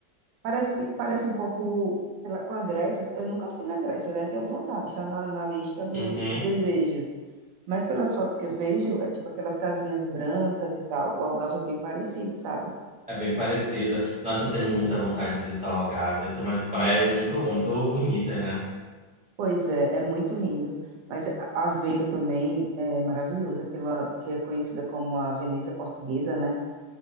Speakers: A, on the right; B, in the centre.
A: Parece, parece um pouco sei lá, com a Grécia. Eu nunca fui na Grécia, né? Tenho vontade, está na, na lista dos
B: Uhum,
A: desejos. Mas pelas fotos que eu vejo, é tipo aquelas casinhas brancas e tal. O Algarve é bem parecido, sabe?
B: É bem parecida. Nossa, eu tenho muita vontade de visitar o Algarve. Tem umas praias muito, muito bonitas, né?
A: Pois é, é muito lindo. Mas A- Aveiro também é maravilhoso, aquela que é conhecida como a Veneza Portuguesa, né?